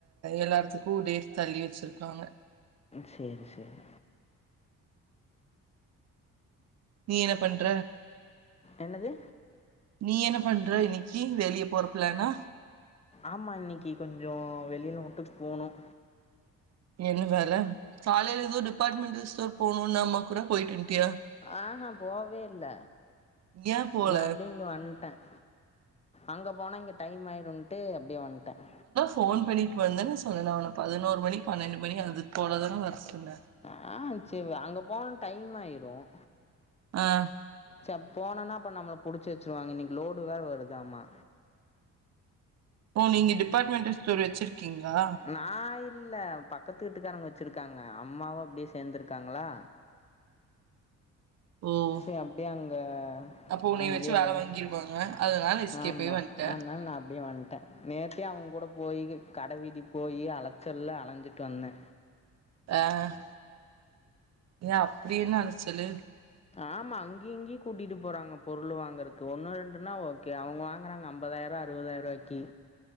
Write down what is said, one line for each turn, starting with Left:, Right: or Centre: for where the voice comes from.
Right: எல்லாடத்துக்கு டேட் தள்ளி வச்சிருக்காங்க
Left: சேரி சேரி
Right: நீ என்ன பண்ற
Left: என்னது
Right: நீ என்ன பண்ற இன்னைக்கி வெளிய போற பிளானா
Left: ஆமா இன்னைக்கி கொஞ்சம் வெளில மட்டும் போணும்
Right: என்ன வேல காலேல ஏதோ டிபார்ட்மெண்டல் ஸ்டோர் போனும்ன அம்மா கூட போயிட்டு வன்ட்டியா
Left: ஆஹா போவே இல்ல
Right: ஏ போல
Left: நான் அப்டி இங்க வந்ட்டேன் அங்க போனா இங்க டைம் ஆய்டும்ட்டு அப்டியே வந்ட்டேன்
Right: போன் பண்ணிட்டு வந்தன்னு சொன்னல நான் உன்ன பதினோரு மணி பன்னெண்டு மணி அது போலதான வர சொன்னேன்
Left: ஆ சரி அங்க போணா டைம் ஆயிரும்
Right: ஆஹ்
Left: ச போனோனா அப்ப நம்மள புடுச்சு வச்சிருவாங்க இன்னைக்கு லோடு வேற வருதாமா
Right: ஓ நீங்க டிபார்ட்மெண்டல் ஸ்டோர் வச்சிரு க்கீங்களா
Left: நான் இல்ல பக்கத்து வீட்டுக்காரங்க வச்சிருக்காங்க அம்மாவும் அப்டியே சேந்திருக்காங்களா
Right: ஓ
Left: சரி அப்டியே அங்க
Right: அப்போ உன்னைய
Left: அங்கேயே
Right: வச்சு வேல
Left: ஏதோ ஒரு
Right: வாங்கிருவாங்க அதனால எஸ்கேப்
Left: ஆமா
Right: ஆயி வந்ட்டே
Left: ஆனால நான் அப்டியே வன் ட்டேன் நேத்தே அவன் கூட போயி கடவீதி போய் அலைச்சல்ல அலைஞ்சிட்டு வந்தே
Right: அஹ் ஏ அப்டி என்ன அலச்சலு
Left: ஆமா அங்கியும் இங்கியும் கூட்டிட்டு போறாங்க பொருள் வாங்கறக்கு ஒண்ணு ரெண்டுன்னா ஓகே அவுங்க வாங்கறாங்க ஐம்பதாயிரூவா அறுபதாயிரூவாய்க்கி